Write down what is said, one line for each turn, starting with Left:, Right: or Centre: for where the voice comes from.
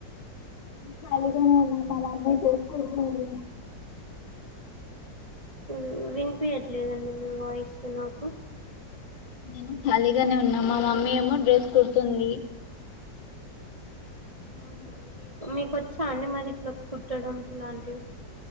Left: ఖాళీగానే ఉన్నాం మా మమ్మీ చేసుకుంటుంది
Right: మ్మ్ వినిపియట్లేదండి మీ వాయిస్ నాకు
Left: నేను ఖాళీగానే ఉన్నా మా మమ్మీ ఏమో డ్రెస్ కుడుతుంది నేను
Right: అవునండి
Left: కూడా
Right: మీ మీకు వచ్చా అండి మరి ఇట్లా కుట్టడం లాంటి. టి